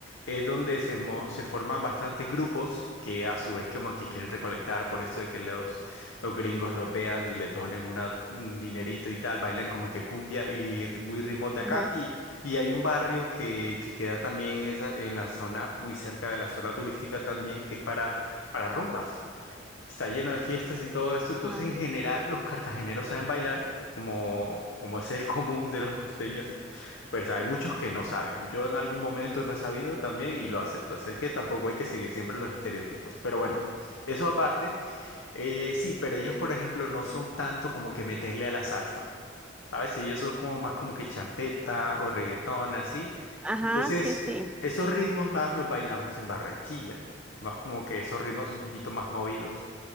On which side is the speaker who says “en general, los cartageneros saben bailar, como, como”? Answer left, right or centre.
Left